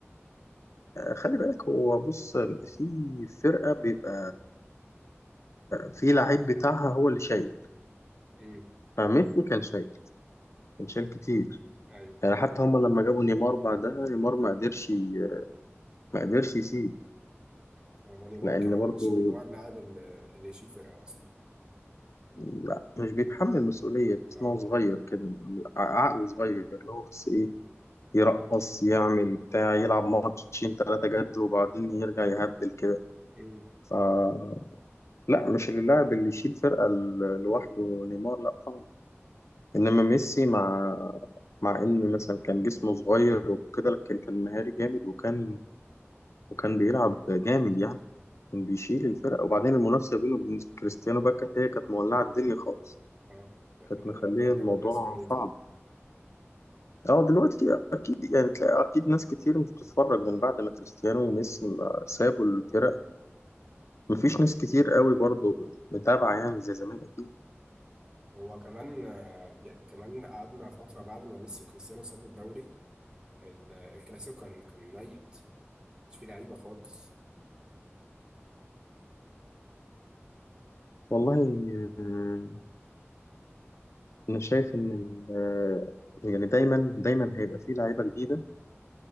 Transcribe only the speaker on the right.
امم
ايوه
هو نيمار
كمان
مش من نوع اللاعب اللي اللي يشيل فرقه اصلا
اه
اه
امم
اه كان
كان تاني
مديها الدوري
الاسباني
هو كمان آه، ي- كمان قعدنا فترة بعد ما ميسي وكريستيانو سابوا الدوري ال- الكلاسيكو كان كان ميت مش فيه لعيبة خالص